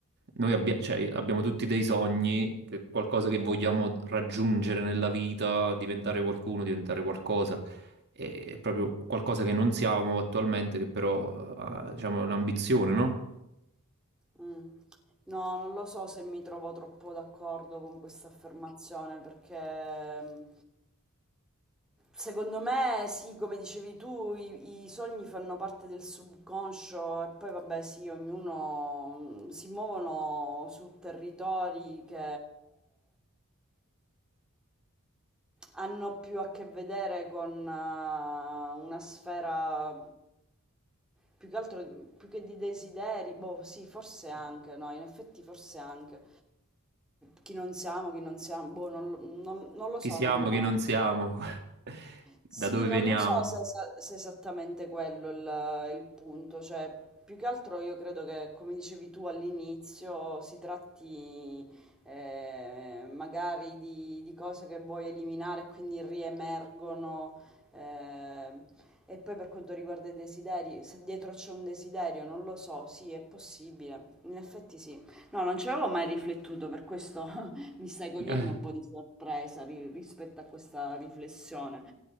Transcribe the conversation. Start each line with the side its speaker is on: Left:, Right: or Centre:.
Right: noi abbia- cioè, abbiamo tutti dei sogni, che- qualcosa che vogliamo raggiungere nella vita, diventare qualcuno, diventare qualcosa. E- È proprio qualcosa che non siamo attualmente, che però, eh, ha- diciamo, è un'ambizione, no?
Centre: mm. No, non lo so se mi trovo troppo d'accordo con questa affermazione perché... mm, Secondo me, sì, come dicevi tu, i, i sogni fanno parte del subconscio e poi vabbè, sì, ognuno mm, si muovono su territori che hanno più a che vedere con eh, una sfera più che altro, più che di desideri, boh, sì, forse anche, no, in effetti forse anche. Chi non siamo, chi non siamo, boh, non, lo non- non lo
Right: Chi
Centre: so,
Right: siamo,
Centre: non...
Right: chi non siamo, <laughs> da
Centre: Sì,
Right: dove
Centre: non
Right: veniamo,
Centre: lo so se, esa- se è esattamente quello il, il punto, cioè più che altro io credo che, come dicevi tu all'inizio, si tratti eh, magari di, di cose che vuoi eliminare e quindi riemergono. eh, e poi per quanto riguarda i desideri, se dietro c'è un desiderio, non lo so, sì, è possibile, in effetti sì. No, non ci avevo mai riflettuto, per questo <laughs> Mi stai cogliendo
Right: Eh,
Centre: un po' di sorpresa ri- rispetto a questa riflessione,